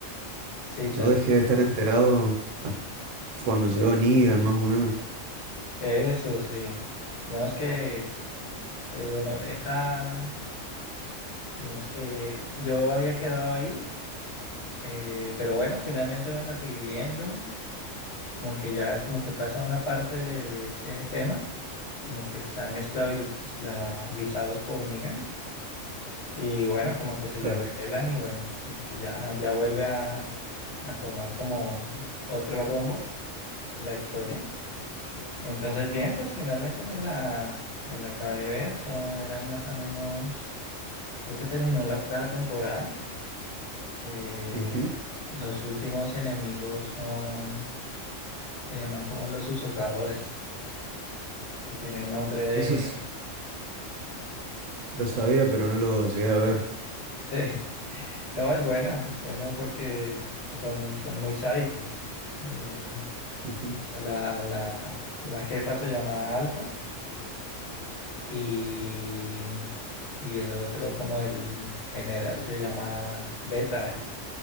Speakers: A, on the left; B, on the right.
A: sí,
B: Yo
A: tal,
B: dejé de estar enterado hasta cuando llegó Negan, más o menos.
A: eso sí. Digamos que, eh, bueno, esa, digamos que yo había quedado ahí, eh, pero bueno, finalmente me la seguí viendo, como que ya, como que pasa una parte de, de ese tema, como que están esclavi- esclavizados por Negan. Y bueno, como que se le
B: Claro.
A: revelan y bueno, como que ya, ya vuelve a, a tomar como otro rumbo la historia. Entonces, bien, pues finalmente me la, me la acabé de ver. Son, eran más o menos, creo que terminó la octava temporada, que
B: Ujú.
A: los últimos enemigos son, se llaman como los susurradores, que tienen nombre de...
B: Eso es-
A: No,
B: lo sabía, pero no lo llegué a ver.
A: <laughs> sí. No, es bueno, es bueno porque son, son muy sádicos. Eh,
B: Ujú.
A: La, la, la jefa se llama Alfa y, y el otro como el general se llama Beta. Y,